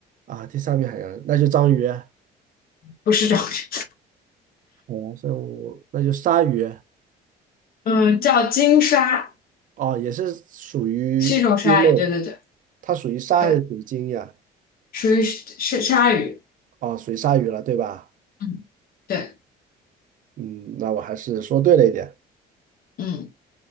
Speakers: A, on the right; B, on the left.
A: 啊，第三名海洋那就章鱼，海
B: 不是章鱼，
A: 洋生物那就鲨鱼
B: 嗯，叫鲸鲨，
A: 哦，也是属于鲸类，
B: 是一种鲨鱼，对对对
A: 它属于鲨还是属于鲸呀？
B: 对，属于是鲨鱼，
A: 哦，属于鲨鱼了，对吧？
B: 嗯，对，
A: 嗯，那我还是说对了一点。
B: 嗯，